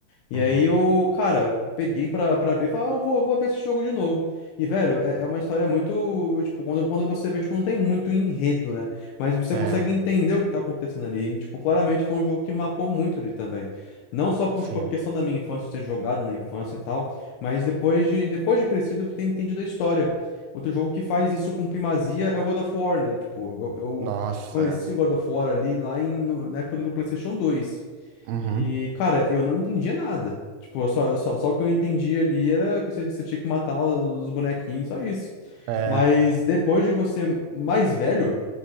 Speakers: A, on the left; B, on the right.
A: E
B: uhum.
A: aí eu, cara, peguei pra, pra ver e falei, ah, eu vou, vou ver esse jogo de novo. E, velho, é, é uma história muito. Tipo, quando, quando você vê, tipo, não tem muito enredo, né? Mas você
B: É,
A: consegue entender o que tá acontecendo ali. E, tipo, claramente foi um jogo que marcou muito ali também. Não só por,
B: sim.
A: tipo, a questão da minha infância, eu ter jogado na infância e tal, mas depois de, depois de crescido, eu ter entendido a história. Outro jogo que faz isso com primazia é o God of War, né? Tipo, eu, eu
B: Nossa.
A: conheci o God of War ali lá em, no- na época do PlayStation dois
B: Uhum.
A: e, cara, eu não entendia nada. Tipo, só, só, só o que eu entendi ali era que você, você tinha que matar os, os bonequinhos, só isso.
B: É,
A: Mas depois de você mais velho,